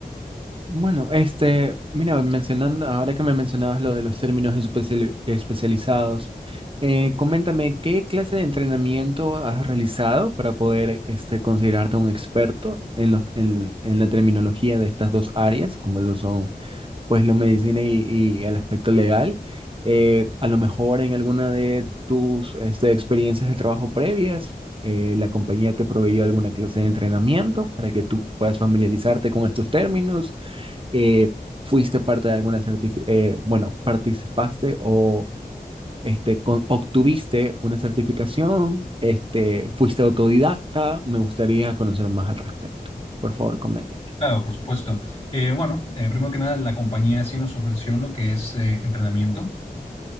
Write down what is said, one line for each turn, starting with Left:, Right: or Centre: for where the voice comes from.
Right: Bueno, este, mira, mencionando, ahora que me mencionabas lo de los términos especiali- especializados, eh, coméntame qué clase de entrenamiento has realizado para poder este, considerarte un experto en, los, en, en la terminología de estas dos áreas, como lo son pues la medicina y, y el aspecto legal. Eh, a lo mejor en alguna de tus este, experiencias de trabajo previas, eh, la compañía te proveyó alguna clase de entrenamiento para que tú puedas familiarizarte con estos términos eh, fuiste parte de alguna certificación, bueno, participaste o este, con- obtuviste una certificación, este, fuiste autodidacta, me gustaría conocer más al respecto. Por favor, coméntame.
Left: Claro, por supuesto. Eh, bueno, eh, primero que nada, la compañía sí nos ofreció lo que es eh, entrenamiento.